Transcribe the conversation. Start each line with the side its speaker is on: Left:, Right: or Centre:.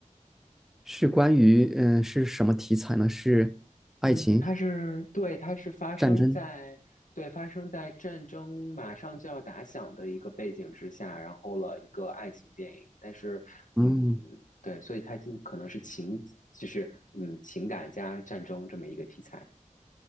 Centre: 是关于嗯、呃是什么题材呢？是爱情、
Left: 嗯，它是对，它是发生在对发生在战争马上就要打响的一个背景之下，
Centre: 战争。
Left: 然后了一个爱情电影。但是，嗯，
Centre: 嗯。
Left: 对，所以它就可能是情，就是嗯情感加战争这么一个题材。